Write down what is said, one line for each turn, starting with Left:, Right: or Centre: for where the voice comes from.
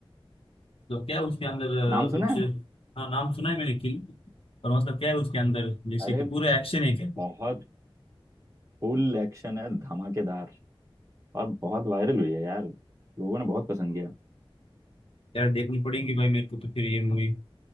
Left: तो क्या उसके अंदर अ,
Right: नाम सुना
Left: कुछ
Right: है
Left: हाँ नाम सुना है मैंने किल पर मतलब क्या है उसके अंदर जैसे
Right: अरे
Left: कि पूरे एक्शन है क्या
Right: बहुत फुल एक्शन है धमाकेदार और बहुत वायरल हुई है यार लोगों ने बहुत पसंद किया
Left: यार देखनी पड़ेगी भाई मेरे को तो फिर ये मूवी